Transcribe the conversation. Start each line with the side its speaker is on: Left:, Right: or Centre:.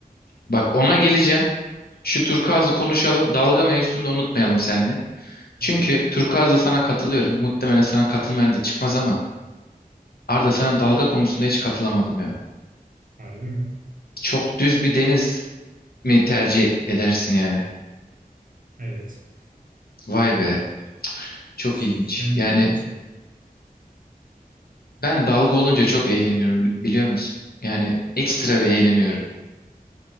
Left: Bak ona geleceğim. Şu turkuazı konuşalım. Dalga mevzusunu da unutmayalım sen
Right: Tamamdır.
Left: Çünkü Turkuaz'da sana katılıyorum. Muhtemelen sana katılmayan da çıkmaz ama Arda sana dalga konusunda hiç katılamadım ya.
Right: Harbi mi?
Left: Çok düz bir deniz mi tercih edersin yani?
Right: Evet.
Left: Vay be. Çok
Right: Sen
Left: ilginç.
Right: etmez
Left: Yani
Right: misin?
Left: ben dalga olunca çok eğleniyorum bili- biliyor musun? Yani ekstra bir eğleniyorum.